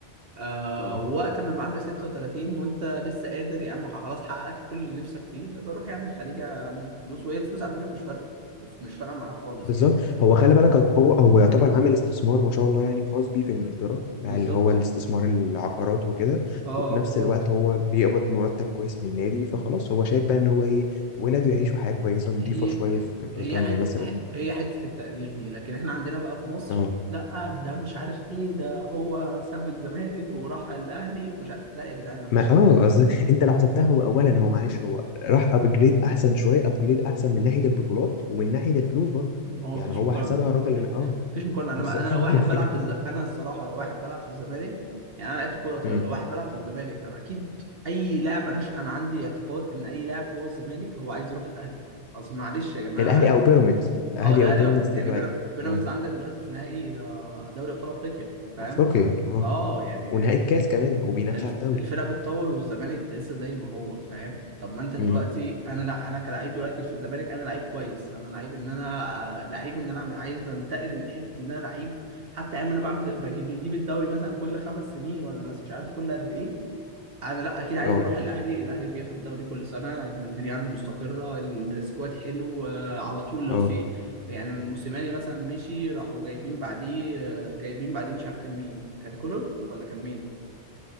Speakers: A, on the right (about 60°); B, on the left (about 75°).
A: آه
B: اه
A: ووقت ما يبقى عندك 36 وانت لسه قادر يا عم خلاص حققت كل اللي نفسك فيه يبقى روح يا عم الخليج اعمل فلوس وهي الفلوس على فكره مش فارقه مش مش فارقه معاه خالص
B: بالظبط
A: يعني
B: هو خلي بالك هو هو يعتبر عامل استثمار ما شاء الله يعني خاص بيه في انجلترا
A: بالظبط
B: بتاع اللي هو الاستثمار العقارات وكده
A: اه
B: وفي
A: اه
B: نفس
A: بالظبط
B: الوقت هو بيقبض مرتب كويس من النادي فخلاص هو شايف بقى ان هو ايه ولاده يعيشوا حياة كويسة نظيفة
A: هي
B: شوية في
A: هي
B: بريطانيا
A: حته
B: مثلا
A: هي حته التقدير دي لكن احنا عندنا بقى في مصر
B: اه
A: لا ده مش عارف ايه ده هو ساب الزمالك وراح الاهلي ومش عارف لا يا جدعان مفيش
B: ما اه اصل انت لو حسبتها هو اولا هو معلش هو راح ابجريد احسن شويه ابجريد احسن من ناحيه البطولات ومن ناحيه الفلوس برضه
A: هو
B: يعني
A: مفيش
B: هو
A: مقارنة
B: حسبها
A: مفي-
B: الراجل انا اه
A: مفيش مقارنة أنا
B: بالظبط
A: أنا
B: <laughs>
A: لو واحد بلعب في الز... أنا الصراحة لو واحد بلعب في الزمالك يعني أنا لعبت كورة طويلة
B: مم.
A: لو واحد بلعب في الزمالك هبقى أكيد أي لاعب أنا ش... أنا عندي اعتقاد إن أي لاعب جوه الزمالك هو عايز يروح الأهلي أصل معلش يا جماعة
B: الاهلي او بيراميدز اهلي
A: أه الأهلي
B: او بيراميدز
A: وب-
B: دلوقتي
A: يعني بير- بيراميدز
B: اه
A: عندك دلوقتي في نهائي آه، دوري أبطال أفريقيا فاهم؟
B: افريقيا اه
A: أه يعني
B: ونهائي الكاس كمان وبينافس
A: الف-
B: على الدوري
A: الفرق بتطول والزمالك لسه زي ما هو فاهم طب ما انت دلوقتي
B: امم
A: انا لا انا كلاعب دلوقتي في الزمالك انا لعيب كويس انا لعيب ان انا آه، لعيب ان انا أعمل- عايز انتقل من حته ان انا لعيب حتى ايام انا بعمل بجيب بنجيب الدوري مثلا كل خمس سنين ولا مس- مش عارف كل قد ايه انا لا اكيد عايز
B: اه
A: اروح الاهلي الاهلي بياخد الدوري كل سنه الدنيا عنده مستقره السكواد حلو آه، على طول لو
B: اه
A: في يعني موسيماني مثلا مشي راحوا جايبين بعديه آه، جايبين بعديه مش عارف كان مين كان كولر ولا كان مين